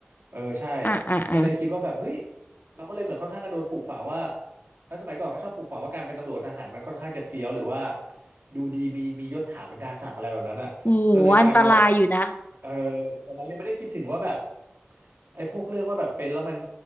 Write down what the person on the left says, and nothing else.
อ่าอ่าอ่า
โอ้โหอันตรายอยู่นะ